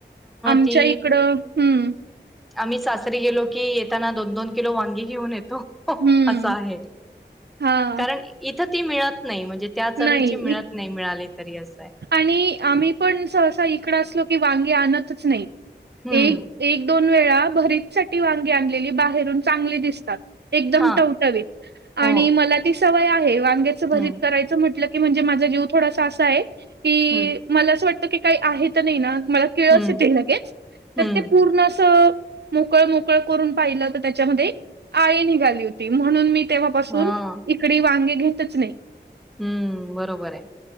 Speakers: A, on the right; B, in the centre.
A: आमच्या
B: ती
A: इकडं हम्म
B: आम्ही सासरी गेलो की येताना दोन दोन किलो वांगी घेऊन येतो.
A: हं.
B: असं आहे
A: हां,
B: कारण इथं ती मिळत नाही म्हणजे त्या चवीची
A: नाही
B: मिळत
A: इ
B: नाही मिळाली तरी असंय.
A: आणि आम्ही पण सहसा इकडं असलो की वांगी आणतच नाई
B: हम्म
A: एक एक दोन वेळा भरीत साठी वांगी आणलेली बाहेरून चांगली दिसतात. एकदम
B: हा
A: टवटवीत
B: हो
A: आणि मला ती सवय आहे वांग्याच भरीत
B: हम्म
A: करायच म्हटलं की म्हणजे माझा जीव थोडासा असा आहे की
B: हम्म
A: मला असं वाटतं की काही आहे तर नाही ना मला किळस
B: हं,
A: येते लगेच
B: हं.
A: तर ते पूर्ण अस मोकळ मोकळ करून पाहिलं तर त्याच्यामध्ये आळी निघाली होती म्हणून मी तेव्हापासून
B: हां.
A: इकडे वांगे घेतच नाही.
B: हम्म बरोबर आहे